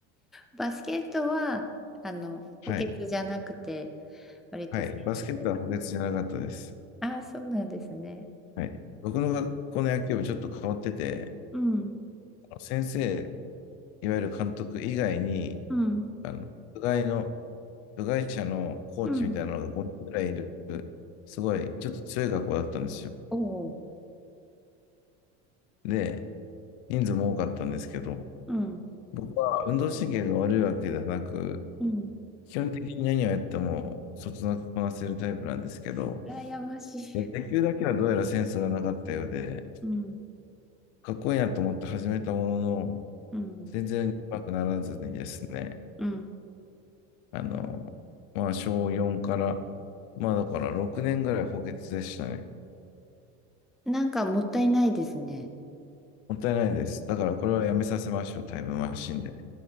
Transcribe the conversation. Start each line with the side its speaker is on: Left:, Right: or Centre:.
Centre: バスケットは、あの、
Left: はい。
Centre: 補欠じゃなくて、割と選手で。
Left: はい。バスケットは補欠じゃなかったです。
Centre: ああ、そうなんですね。
Left: はい。僕の学校の野球部ちょっと変わってて、
Centre: うん、
Left: あの先生、いわゆる監督以外に、
Centre: うん、
Left: あの、部外の、部外者のコーチみたいなのが5人ぐらいいる、
Centre: うん、
Left: すごい、ちょっと強い学校だったんですよ。
Centre: おお、
Left: で、人数も多かったんですけど、
Centre: うん、
Left: 僕は運動神経が悪いわけではなく、
Centre: うん、
Left: 基本的に何をやっても、そつなくこなせるタイプなんですけど、
Centre: 羨ましい。
Left: 野球だけはどうやらセンスがなかったようで、
Centre: うん、
Left: かっこいいなと思って始めたものの、
Centre: うん、
Left: 全然うまくならずにですね、
Centre: うん、
Left: あの、まあ、小4から、まあ、だから6年ぐらい補欠でしたね。
Centre: なんかもったいないですね。
Left: もったいないです。だからこれはやめさせましょう、タイムマシンで。